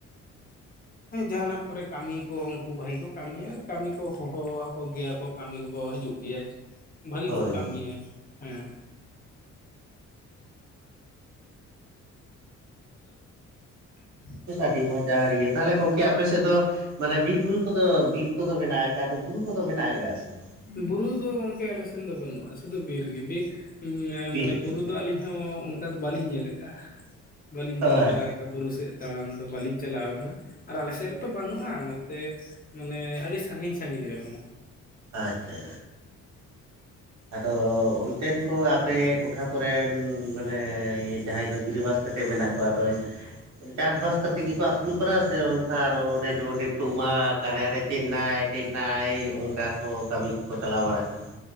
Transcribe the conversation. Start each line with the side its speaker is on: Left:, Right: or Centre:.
Left: ᱦᱮᱸ ᱡᱟᱦᱟᱱᱟᱜ ᱠᱚᱨᱮ ᱠᱟᱹᱢᱤ ᱠᱚ ᱩᱱᱠᱩ ᱵᱷᱟᱜᱤ ᱠᱚ ᱠᱟᱹᱢᱤᱭᱟ, ᱠᱟᱹᱢᱤ ᱠᱚ ᱦᱚᱦᱚ ᱟᱠᱚ ᱜᱮᱭᱟ ᱠᱚ ᱠᱟᱹᱢᱤ ᱠᱚᱠᱚ ᱦᱤᱡᱩᱜ ᱜᱮᱭᱟ ᱾ ᱵᱷᱟᱜᱤ
Right: ᱦᱳᱭ
Left: ᱠᱚ ᱠᱟᱹᱢᱤᱭᱟ ᱦᱮᱸ ᱾ <inaudible>
Right: ᱟᱹᱰᱤ ᱢᱚᱡᱽ ᱟᱨ ᱤᱭᱟᱹ ᱛᱟᱦᱚᱞᱮ ᱜᱚᱝᱠᱮ ᱟᱯᱮ ᱥᱮᱫ ᱫᱚ ᱢᱟᱱᱮ ᱵᱤᱨ ᱵᱩᱨᱩ ᱠᱚᱫᱚ ᱵᱤᱨ ᱠᱚᱫᱚ ᱢᱮᱱᱟᱜ ᱟᱠᱟᱫᱼᱟ, ᱟᱫᱚ ᱵᱩᱨᱩ ᱠᱚᱫᱚ ᱢᱮᱱᱟᱜ ᱟᱠᱟᱫᱼᱟ ᱥᱮ? ᱵᱟᱝ?
Left: ᱵᱩᱨᱩ ᱫᱚ ᱜᱚᱢᱠᱮ ᱟᱞᱮ ᱥᱮᱱ ᱫᱚ ᱵᱟᱹᱱᱩᱜᱼᱟ, ᱥᱩᱫᱩ ᱵᱤᱨ ᱜᱮ ᱾ ᱵᱤᱨ
Right: ᱵᱤᱨ
Left: ᱢᱟᱱᱮ
Right: ᱜᱮ
Left: ᱵᱩᱨᱩ ᱫᱚ ᱟᱹᱞᱤᱧ ᱦᱚᱸ ᱚᱱᱠᱟ ᱫᱚ ᱵᱟᱹᱞᱤᱧ ᱧᱮᱞ ᱟᱠᱟᱜᱼᱟ, ᱵᱟᱹᱞᱤᱧ
Right: ᱟᱪᱪᱷᱟ
Left: ᱫᱟᱬᱟ ᱵᱟᱲᱟ ᱟᱠᱟᱜᱼᱟ ᱵᱩᱨᱩ ᱥᱮᱫ ᱫᱟᱬᱟᱱ ᱫᱚ ᱵᱟᱹᱞᱤᱧ ᱪᱟᱞᱟᱣ ᱠᱟᱱᱟ ᱾ ᱟᱨ ᱟᱞᱮ ᱥᱮᱫ ᱨᱮᱛᱚ ᱵᱟᱹᱱᱩᱜᱼᱟ, ᱱᱚᱛᱮ ᱢᱟᱱᱮ ᱟᱹᱰᱤ ᱥᱟᱺᱜᱤᱧ ᱥᱟᱺᱜᱤᱧ ᱨᱮ ᱢᱮᱱᱟᱜᱼᱟ ᱾
Right: ᱟᱪᱪᱷᱟ ᱟᱫᱚ ᱚᱱᱛᱮᱱ ᱠᱚ ᱟᱯᱮ ᱴᱚᱴᱷᱟ ᱠᱚᱨᱮᱱ ᱢᱟᱱᱮ ᱡᱟᱦᱟᱸᱭ ᱠᱚ ᱜᱤᱨᱟᱹ ᱵᱟᱥ ᱠᱟᱛᱮ ᱢᱮᱱᱟᱜ ᱠᱚᱣᱟ ᱟᱫᱚ ᱪᱟᱥ-ᱵᱟᱥ ᱠᱟᱛᱮᱫ ᱜᱮᱠᱚ ᱟᱹᱥᱩᱞᱚᱜ ᱠᱟᱱᱟ? ᱥᱮ ᱚᱱᱠᱟ ᱟᱨᱚ ᱚᱱᱮ ᱡᱮᱢᱚᱱ ᱱᱤᱛᱚᱜ ᱢᱟ ᱚᱠᱟᱨᱮ ᱦᱟᱱᱮ ᱪᱮᱱᱱᱟᱭ ᱪᱮᱱᱱᱟᱭ ᱚᱱᱠᱟ ᱠᱚ ᱠᱟᱹᱢᱤ ᱠᱚᱠᱚ ᱪᱟᱞᱟᱣ ᱵᱟᱲᱟᱜ ᱠᱟᱱᱟ?